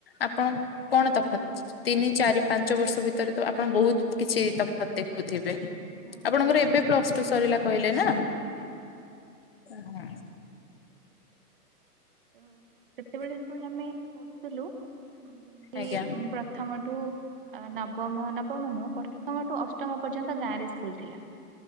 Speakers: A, on the left; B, on the right.
A: ଆପଣ କଣ ତଫାତ୍? ତିନି ଚାରି ପାଞ୍ଚବର୍ଷ ଭିତରେ ତ ଆପଣ ବହୁତ କିଛି ତଫାତ୍ ଦେ ଖୁ ଥିବେ
B: ହୁଁ
A: ଆପଣଙ୍କର
B: ନିଶ୍ଚୟ
A: ଏବେ ପ୍ଲସଟୁ ସରିଲା କହିଲେ ନା
B: ଆଜ୍ଞା।
A: ଉହୁଁ।
B: ତ ସେତେବେଳେ ଯେତେବେଳେ ଆମେ ପଢୁଥିଲୁ ଯେମତି
A: ଆଜ୍ଞା ଆଜ୍ଞା
B: ପ୍ରଥମ ଠୁ ଅ ନବମ ନବମ ନୁହଁ ପ୍ରଥମଠୁ ଅଷ୍ଟମ ପର୍ଯ୍ୟନ୍ତ ଗାଁରେ ସ୍କୁଲ ଥିଲା